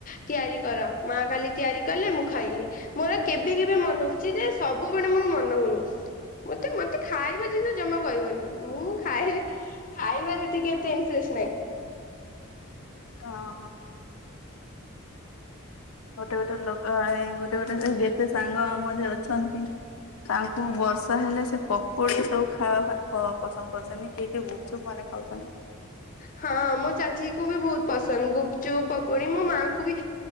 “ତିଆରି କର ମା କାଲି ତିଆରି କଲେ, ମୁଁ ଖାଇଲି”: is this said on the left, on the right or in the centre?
Left